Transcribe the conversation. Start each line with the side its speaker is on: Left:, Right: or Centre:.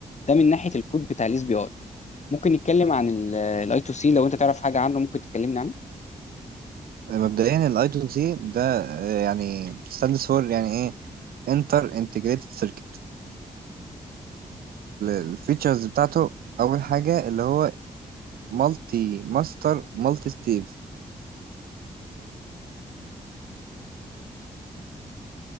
Left: ده من ناحيه الكود بتاع الاس بي اي ممكن نتكلم عن الاي تو سي لو انت تعرف حاجه عنه ممكن تكلمني عنه
Right: مبدئيا الايدو دي ده آه، يعني stands for يعني ايه انتر انتجريتد سيركت الفيتشرز بتاعته اول حاجه اللي هو مالتي ماستر مالتي ستيف